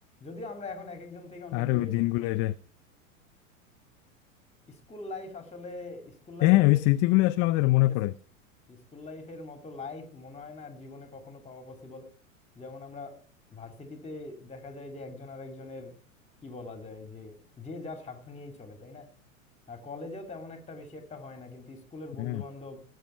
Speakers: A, on the left; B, on the left.
A: যদিও আমরা এখন এক একজন থেকে অনেক
B: আরে
A: দূরে
B: ওই দিনগুলো রে
A: স্কুল লাইফ আসলে school life
B: হ্যাঁ
A: best
B: ওই স্মৃতিগুলো আসলে আমাদের মনে
A: Best
B: পড়ে
A: school লাইফের মতো লাইফ মনে হয় না আর জীবনে কখনো পাওয়া পসিবল যেমন আমরা ভার্সিটিতে দেখা যায় যে একজন আরেকজনের কি বলা যায় যে যে যার স্বার্থ নিয়েই চলে তাই না আর কলেজেও তেমন একটা বেশি একটা হয় না কিন্তু স্কুলের
B: হ্যাঁ
A: বন্ধু বান্ধব